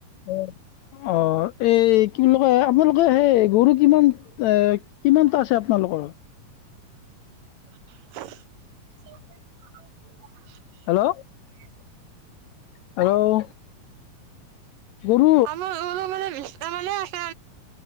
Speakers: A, on the left; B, on the right.
A: অ অ এই কি বুলি কয় আপোনালোকে সেই গৰু কিমান এ কিমানটা আছে আপোনালোকৰ
B: <unintelligible> <unintelligible>
A: হেল্ল' হেল্ল গৰু
B: আমাৰ গৰু মানে বিছ মানে আছে